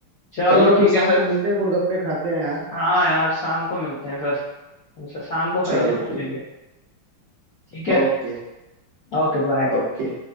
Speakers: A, on the left; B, on the right.
A: चलो
B: चलो फिर
A: ठीक
B: शाम
A: है फिर
B: को मिलते हैं गोलगप्पे खाते हैं यार
A: हाँ यार शाम को मिलते हैं फिर हमसे शाम को पहले
B: चलो
A: पूछेंगे
B: ठीक है
A: ठीक है
B: ओके
A: Okay bye
B: ओके